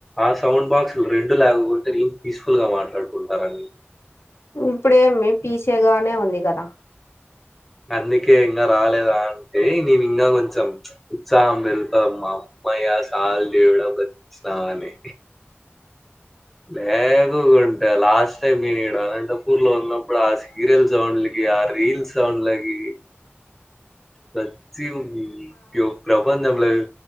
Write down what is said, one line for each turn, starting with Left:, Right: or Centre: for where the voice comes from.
Centre: ఆ సౌండ్ బాక్స్లు రెండు లేగాకుంటే ఏం పీస్ఫుల్ గా మాట్లాడుకుంటారు అండి
Left: ఇప్పుడేమి పీసేగానే ఉంది కదా
Centre: అందుకే ఇంగ రాలేదా అంటే నేను ఇంగ కొంచెం ఉత్సాహం పెరుగుతా మామ్ మామయ్య సాలు దేవుడా బతికిస్తావని బేగగు లాస్ట్ టైమ్ నేను ఇడ అనంతపూర్ లో ఉన్నప్పుడు ఆ సీరియల్ సౌండ్లకి ఆ రీల్స్ సౌండ్లకి సచ్చీ పో మాకు సంబంధం లేదు